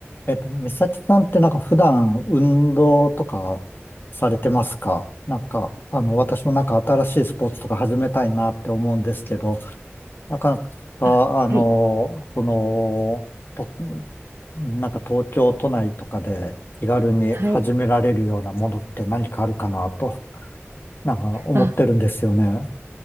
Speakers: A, on the left; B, on the right.
A: えっと、美咲さんってなんか普段運動とかされてますかなんか、あの、私もなんか新しいスポーツとか始めたいなって思うんですけど、なかなか、
B: あ、
A: あの、
B: はい、
A: その、と、なんか東京都内とかで気軽に始められるようなものって何かあるかなと、
B: はい。
A: なんか思ってるんですよね。
B: あ、